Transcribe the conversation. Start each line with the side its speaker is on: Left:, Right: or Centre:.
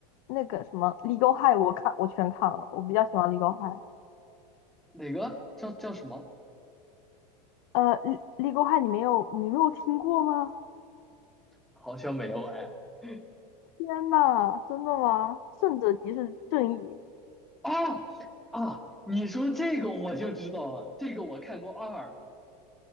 Left: 那个什么《Legal High》我看我全看了，我比较喜欢《Legal High》。
Centre: 哪个叫叫什么？
Left: 呃，《Le- Legal High》你没有你没有听过吗？
Centre: 好像没有哎。<laughs>
Left: 天呐，真的吗？胜者即是正义，
Centre: 啊啊！你说这个我就知道了，这个我看过二，